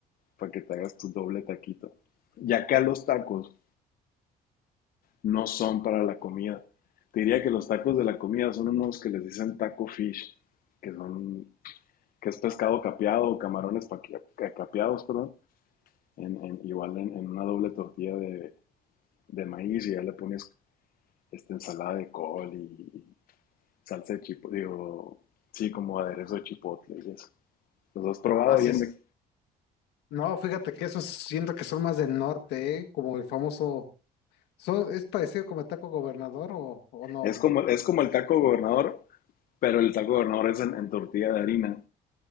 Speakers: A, on the left; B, on the left.
A: para que te hagas tu doble taquito. Y acá los tacos no son para la comida. Te diría que los tacos de la comida son unos que les dicen taco fish, que son, que es pescado capeado o camarones paquea- ca- capeados, perdón, en, en- igual en, en una doble tortilla de, de maíz y ya le pones esta ensalada de col y, y salsa de chipotle, digo, sí, como aderezo de chipotle y eso. ¿Los has probado
B: Haces.
A: ahí en
B: No, fíjate que esos siento que son más del norte, ¿eh? Como el famoso. son- ¿Es parecido como el taco gobernador o, o no,
A: Es
B: bro?
A: como, es como el taco gobernador, pero el taco gobernador es en, en tortilla de harina